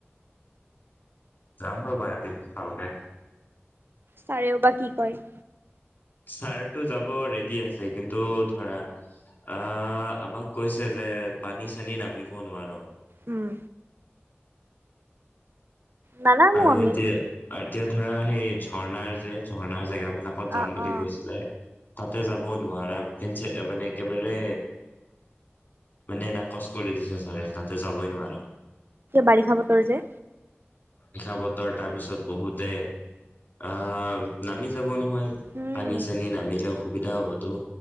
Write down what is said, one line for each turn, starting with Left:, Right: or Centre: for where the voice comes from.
Left: যাম ৰ'বা এদিন ভালকে।
Right: ছাৰেও বা কি কয়
Left: ছাৰটো যাব ৰে'ডি আছে, কিন্তু ধৰা, অ', আমাক কৈছে যে পানী চানীত নামিব নোৱাৰ।
Right: উম। নানামো
Left: আৰু
Right: আমি
Left: এতিয়া এতিয়া ধৰা সেই ঝৰ্ণাৰ যে ঝৰ্ণাৰ জেগা। বিলাকত যাম
Right: অ
Left: বুলি
Right: অ
Left: কৈছিলে। তাতে যাব নোৱাৰা কে মানে একেবাৰে মানে নাকচ কৰি দিছে ছাৰে তাতে যাবই নোৱাৰা।
Right: বাৰিষা বতৰ যে।
Left: বাৰিষা বতৰ তাৰপিছত বহুতে আহ নামি যাব নহ হয়,
Right: উম
Left: পানী-চানী নামিলেও। অসুবিধা হ'বতো।